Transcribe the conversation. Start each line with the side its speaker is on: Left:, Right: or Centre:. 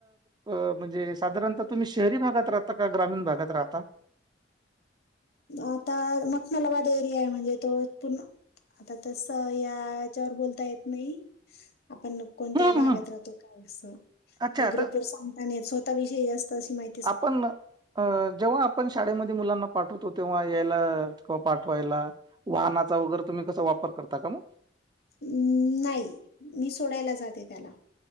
Right: अ म्हणजे साधारणतः तुम्ही शहरी भागात राहता का? ग्रामीण भागात राहता?
Left: आता मखमलाबाद एरियाय. म्हणजे तो पूर्ण आता तस याच्यावर बोलता येत नाही. आपण कोणत्या
Right: हम्म
Left: भागात
Right: हम्
Left: राहतो. काय अस,
Right: अच्छा
Left: या
Right: आता
Left: ग्रुप वर सांगता नाही येत. स्व तः विषयी जास्त अशी माहि
Right: आपण अ जेव्हा आपण शाळेमध्ये मुलांना पाठवतो. तेव्हा यायला किंवा पाठवायला वाहनाचा वगैरे तुम्ही कसा वापर करता का मग?
Left: अम् नाही. मी सोडायला जाते त्याला.